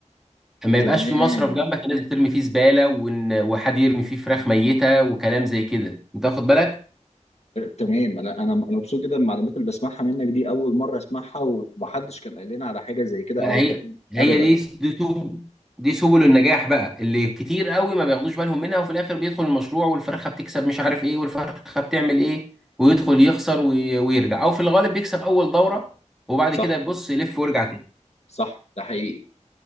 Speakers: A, in the centre; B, on the left.
A: ما يبقاش
B: تمام
A: في مصرف جنبك الناس بترمي فيه زباله وإن- وحد يرمي فيه فراخ ميته وكلام زي كده انت واخد بالك
B: تمام انا انا انا مبسوط جدا بالمعلومات اللي بسمعها منك دي اول مره اسمعها ومحدش كان قال لنا على حاجه زي كده
A: لا
B: ابدا
A: هي هي
B: ابدا
A: دي دي سبل دي سبل النجاح بقى اللي كتير قوي ما بياخدوش بالهم منها وفي الاخر بيدخل المشروع والفرخه بتكسب مش عارف ايه والفرخه بتعمل ايه ويدخل يخسر وي- ويرجع او في الغالب بيكسب اول دوره وبعد
B: صح
A: كده بيبص يلف ويرجع تاني
B: صح ده حقيقي